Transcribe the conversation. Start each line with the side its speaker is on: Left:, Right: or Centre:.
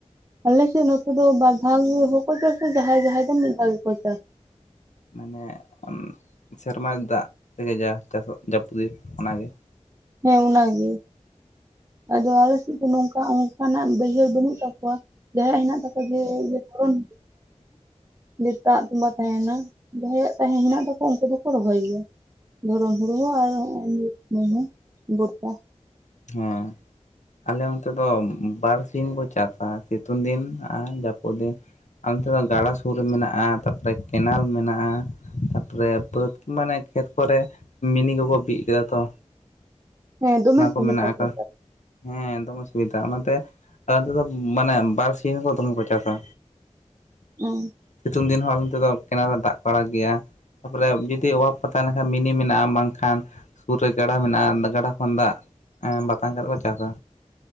Right: ᱟᱞᱮᱥᱮᱜ ᱱᱚᱛᱮ ᱫᱚ ᱵᱟᱨ ᱫᱷᱟᱣ ᱜᱮ ᱦᱚᱸᱠᱚ ᱪᱟᱥᱟ᱾ ᱡᱟᱦᱟᱸᱭ ᱡᱟᱦᱟᱸᱭ ᱫᱚ ᱢᱤᱜ ᱫᱷᱟᱣ ᱜᱮᱠᱚ ᱪᱟᱥ
Left: ᱢᱟᱱᱮ ᱩᱸ ᱥᱮᱨᱢᱟ ᱫᱟᱜ ᱛᱮᱜᱮ ᱡᱟ ᱪᱟᱥᱚᱜ ᱡᱟᱹᱯᱩᱜ ᱫᱤᱱ ᱚᱱᱟᱜᱮ?
Right: ᱦᱮᱸ ᱚᱱᱟᱜᱮ ᱟᱫᱚ ᱟᱞᱮ ᱥᱮᱜ ᱫᱚ ᱱᱚᱝᱠᱟ ᱚᱝ ᱠᱟᱱᱟᱜ ᱵᱟᱹᱭᱦᱟᱹᱲ ᱵᱟᱹᱱᱩᱜ ᱛᱟᱠᱚᱣᱟ ᱡᱟᱦᱟᱸᱭᱟᱜ ᱦᱮᱱᱟᱜ ᱛᱟᱠᱚᱣᱟ ᱡᱮ ᱫᱷᱚᱨᱚᱱ <unintelligible> ᱡᱮ ᱫᱟᱜ ᱛᱚᱸᱵᱟ ᱛᱟᱦᱮᱱᱟ ᱡᱟᱦᱟᱸᱭᱟᱜ ᱛᱟᱦᱮᱸ ᱦᱮᱱᱟᱜ ᱛᱟᱠᱚᱣᱟ ᱩᱝᱠᱩ ᱫᱚᱠᱚ ᱨᱚᱦᱚᱭ ᱜᱮᱭᱟ᱾ ᱫᱷᱚᱨᱚᱢ ᱦᱩᱲ ᱦᱚᱸ ᱟᱨ ᱦᱚᱸᱜᱼᱚᱭ ᱢᱩᱭᱦᱩ ᱵᱚᱨᱥᱟ᱾
Left: ᱦᱮᱸᱻ ᱟᱞᱮ ᱚᱱᱛᱮ ᱫᱚ ᱵᱟᱨ ᱥᱤᱧ ᱵᱚᱱ ᱪᱟᱥᱟ, ᱥᱤᱛᱩᱝ ᱫᱤᱱ ᱟᱨ ᱡᱟᱹᱯᱩᱫ ᱫᱤᱱ᱾ ᱟᱞᱮ ᱱᱤᱛ ᱫᱚ ᱜᱟᱰᱟ ᱥᱩᱨ ᱨᱮ ᱢᱮᱱᱟᱜᱼᱟ, ᱛᱟᱯᱚᱨᱮ ᱠᱮᱱᱮᱞ ᱢᱮᱱᱟᱜᱼᱟ, ᱛᱟᱯᱼᱼ ᱯᱚᱨᱮ ᱵᱟᱹᱫᱽ ᱢᱟᱱᱮ ᱠᱷᱮᱛ ᱠᱚᱨᱮ ᱢᱤᱱᱤ ᱠᱚᱠᱚ ᱵᱤᱫ ᱠᱮᱫᱟ ᱛᱚ,
Right: ᱦᱮᱸ ᱫᱚᱢᱮ
Left: ᱚᱱᱟ ᱠᱚ
Right: ᱥᱩᱵᱤᱫᱟ
Left: ᱢᱮᱱᱟᱜ ᱟᱠᱟᱼᱼ
Right: ᱫᱚ
Left: ᱦᱮᱸ ᱫᱚᱢᱮ ᱥᱩᱵᱤᱫᱷᱟ ᱚᱱᱟᱛᱮ ᱟᱨᱛᱮ ᱫᱚ ᱢᱟᱱᱮ ᱵᱟᱨᱥᱤᱱ ᱫᱚ ᱫᱚᱢᱮ ᱠᱚ ᱪᱟᱥᱟ᱾
Right: ᱩᱸ
Left: ᱥᱤᱛᱩᱝ ᱫᱤᱱ ᱦᱚᱸ ᱟᱞᱮ ᱱᱚᱛᱮ ᱫᱚ ᱠᱮᱱᱮᱞ ᱨᱮ ᱫᱟᱜ ᱠᱚ ᱟᱲᱟᱜ ᱜᱮᱭᱟ᱾ ᱛᱟᱯᱚ ᱨᱮ ᱡᱩᱫᱤ ᱚᱵᱷᱟᱵ ᱯᱟᱛᱟ ᱞᱮᱱᱠᱷᱟᱱ ᱢᱤᱱᱤ ᱢᱮᱱᱟᱜᱼᱟ, ᱵᱟᱝᱠᱷᱟᱱ ᱥᱩᱨ ᱨᱮ ᱜᱟᱰᱟ ᱢᱮᱱᱟᱜᱼᱟ, ᱜᱟᱰᱟ ᱠᱚᱼ ᱠᱷᱚᱱ ᱫᱟᱜ ᱵᱟᱛᱟᱝ ᱠᱟᱛᱮ ᱠᱚ ᱪᱟᱥᱟ᱾